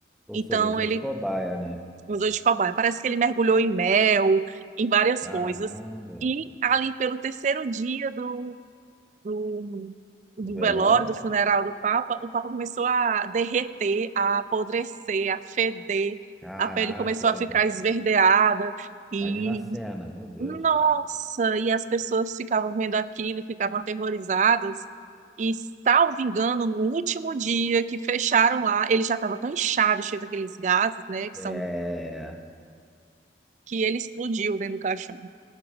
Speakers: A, in the centre; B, on the right.
A: Ou
B: Então,
A: seja, usou
B: ele
A: de cobaia, né?
B: Museu de Cobaia. Parece que ele mergulhou em mel, em várias
A: Caramba,
B: coisas. E ali pelo terceiro dia do, do, do
A: o velório.
B: velório, do funeral do Papa, o Papa começou a derreter, a apodrecer, a feder,
A: Caraca,
B: a pele começou a ficar
A: velho.
B: esverdeada. E,
A: imagina a cena, meu Deus.
B: nossa, e as pessoas ficavam vendo aquilo e ficavam aterrorizadas. E, salvo engano, no último dia que fecharam lá, ele já estava tão inchado, cheio daqueles gases, né, que
A: É,
B: são que ele explodiu dentro do caixão.